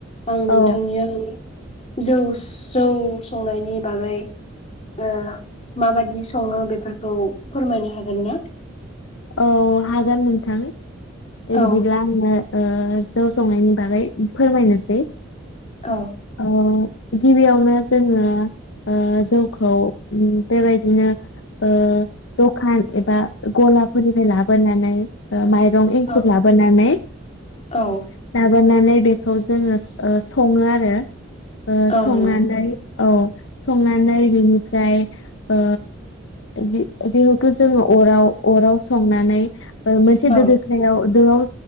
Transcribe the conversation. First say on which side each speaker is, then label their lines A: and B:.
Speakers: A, on the left; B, on the left.
A: आं नोंथांनियाव
B: औ
A: जौ जौ संनायनि बागै ओ माबादि सङो बेफोरखौ फोरमायनो हागोन ना?
B: औ हागोन नोंथां दे
A: औ
B: बिदिब्ला आङो ओ जौ संनायनि बागै फोरमायनोसै
A: औ
B: अ गिबियावनो जोङो ओ जौखौ बेबायदिनो ओ दखान एबा गलाप फोरनिफ्राय लाबोनानै मायरं एंखुर
A: औ
B: लाबोनानै
A: औ
B: बेखौ जोङो सङो आरो ओ
A: औ
B: संनानै
A: नंगौ
B: औ संनानै बिनिफ्राय ओ जिहेथु जोङो अराव अराव संनानै मोनसे
A: औ
B: दो दोखायाव दोआव